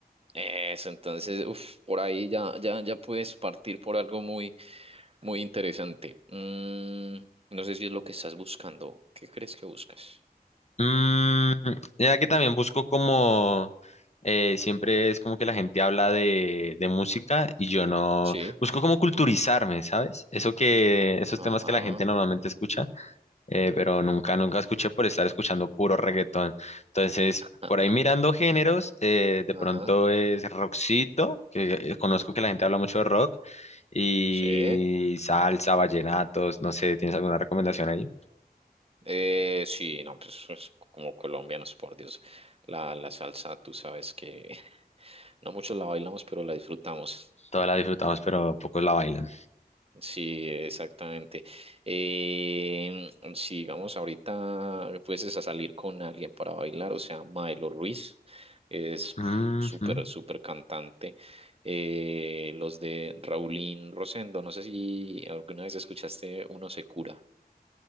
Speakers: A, on the right; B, on the left.
A: eso, entonces, uf, por ahí ya, ya, ya puedes partir por algo muy, muy interesante. Mm, no sé si es lo que estás buscando. ¿Qué crees que buscas?
B: Mm, ya que también busco como... eh, siempre es como que la gente habla de, de música y yo no...
A: Sí.
B: Busco como culturizarme, ¿sabes? Eso que... Esos temas
A: Ajá.
B: que la gente normalmente escucha. eh, pero nunca, nunca escuché por estar escuchando puro reggaetón. Entonces,
A: <laughs>
B: por ahí mirando géneros, eh, de
A: Ajá.
B: pronto es rockcito, que eh, conozco que la gente habla mucho de rock, y
A: Sí.
B: salsa, vallenatos, no sé, ¿tienes alguna recomendación ahí?
A: Eh, sí, no, pues, pues, como colombianos, por Dios, la, la salsa, tú sabes que <laughs> no muchos la bailamos, pero la disfrutamos.
B: Todas la disfrutamos, pero pocos la bailan.
A: Sí, exactamente. Eh, si digamos ahorita fueses a salir con alguien para bailar, o sea, Maelo Ruiz es
B: Ujú.
A: súper, súper cantante. Eh, los de Raulín Rosendo, no sé si alguna vez escuchaste Uno se cura.